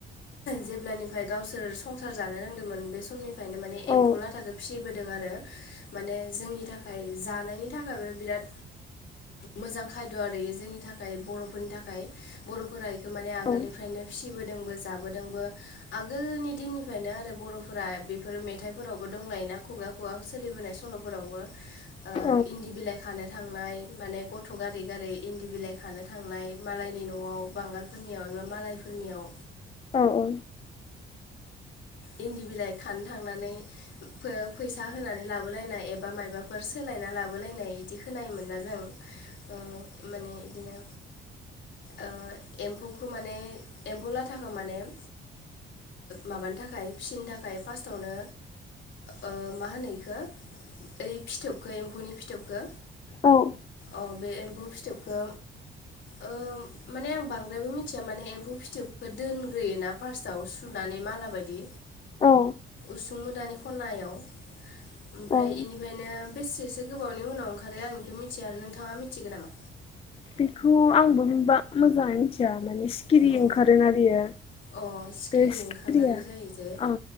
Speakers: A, on the left; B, on the left.
A: जेब्लानिफ्राय गावसोर संसार जानो रोंदोंमोन बे समनि फ्रायनो माने
B: औ
A: एम्फौ लाथाखौ फिसिबोदों आरो माने जोंनि थाखाय जानायनि थाखायबो बिराद। मोजां खायद' आरो जोंनि थाखाय बर'फोरनि थाखाय बर'फोरा इखो माने आगोलनिफ्रायनो।
B: औ
A: फिसिबोदोंबो जाब दोंबो आगोलनि दिननिफ्रायनो आरो बर'फोरा बेफोर मेथाइफोरावबो दंलायोना खुगा खु गा सोलिबोनाय सल'फोरावबो ओ
B: औ
A: इन्दि बिलाइ खानो थांनाय। माने गथ' गारै गारै इन्दि बिलाइ खानो थांनाय मालायनि न'वाव बांगालफोरनियाव एबा मालाय नियाव
B: औ औ।
A: इन्दि बिलाइ खानो थांनानै फैसा होनानै लाबोलायनाय ए बा मायबाफोर सोलायना लाबोलायनाय इदि खोनायोमोना जों। ओ माने बिदिनो। ओ एम्फौखौ माने एम्फौ लाथाखो माने। ओ माबानो थाखाय फिसिनो थाखाय फार्स्टआवनो। ओ मा होनो इखो ओइ फिथोबखो एम्फौनि फिथोबखो।
B: औ औ
A: अ बे एम्फौ फिथोबखो ओ माने आं बांद्रायबो मिथिया माने एम्फौ फिथोबखौ दोन ग्रोयोना फार्स्टआव सुनानै माला बायदि।
B: औ।
A: उसु मुदानि खनायाव ओमफ्राय
B: औ
A: इनिफ्रायनो। बेसेसो गोबावनि उनाव ओंखारो आं बेखौ मिथिया आरो नोंथाङा मिथिगोन नामा?
B: बेखौ आंबोा मोजाङै मिथिया माने सिखिरि
A: अ
B: ओंखारो आरो बियो।
A: अ सिखिरि
B: बेिरिया
A: ओंखारनानै जायो जे
B: औ